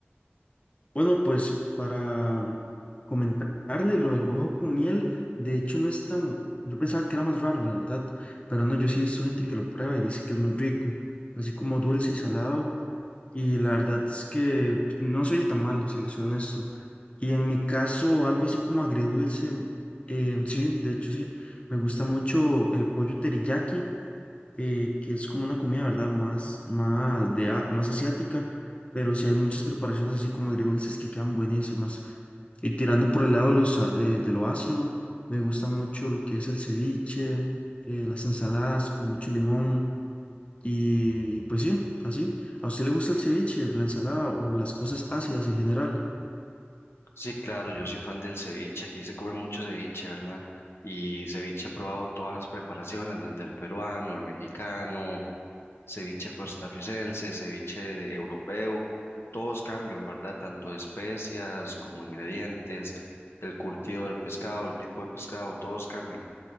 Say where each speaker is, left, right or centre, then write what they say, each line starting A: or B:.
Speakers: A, on the left (about 30°); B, on the left (about 75°).
A: Bueno, pues para mm, comentarle lo del huevo con miel, de hecho no es tan, yo pensaba que era más raro, la verdad, pero no, yo sí he visto gente que lo prueba y dice que es muy rico, así como dulce y salado. Y la verdad es que pues, no se oye tan mal, si les soy honesto. Y en mi caso, algo así como agridulce, eh, sí, de hecho sí, me gusta mucho el pollo teriyaki, eh, que es como una comida, ¿verdad? Más, más, de, a- más asiática, pero sí hay muchas preparaciones así como agridulces que quedan buenísimas. Y tirando por el lado de, los, a- de, de lo ácido, me gusta mucho lo que es el ceviche, eh, las ensaladas con mucho limón. Y, y pues sí, así. ¿A usted le gusta el ceviche, la ensalada o las cosas ácidas en general?
B: Sí, claro, yo soy fan del ceviche, aquí se come mucho ceviche, ¿verdad? Y ceviche he probado todas las preparaciones, desde el peruano, el mexicano, ceviche costarricense, ceviche de- europeo, todos cambian, ¿verdad? Tanto de especias como ingredientes, el curtido del pescado, el tipo de pescado, todos cambian.